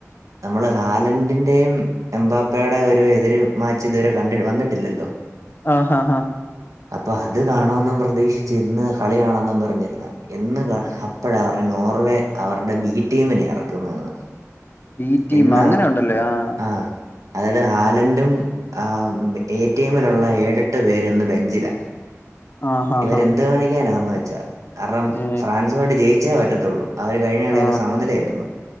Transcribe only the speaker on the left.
ആഹ ഹാ ആഹ.
ബി ടീം
<inaudible>
ആ ഹാ
ഹാ
ഏ
ആ